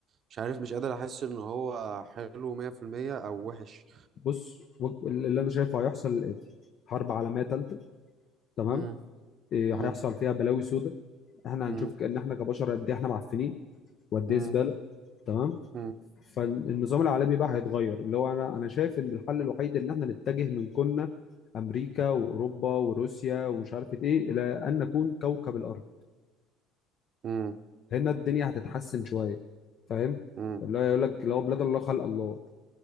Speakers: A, on the right; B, on the left.
A: مش عارف مش قادر احس ان هو حلو 100% او وحش
B: بص و- اللي انا شايفه هيحصل الاتي حرب عالميه ثالثه تمام
A: مم.
B: إيه،
A: مم.
B: هيحصل فيها بلاوي سوداء احنا
A: مم.
B: هنشوف ان احنا كبشر قد ايه احنا معفنين وقد
A: مم.
B: ايه زباله تمام
A: مم.
B: فالنظام العالمي بقى هيتغير اللي هو انا انا شايف ان الحل الوحيد ان احنا نتجه من كنا امريكا واوروبا وروسيا ومش عارف ايه الى ان نكون كوكب الارض
A: امم
B: هنا الدنيا هتتحسن شويه فاهم
A: امم
B: اللي هو يقول لك لو بلاد الله خلق الله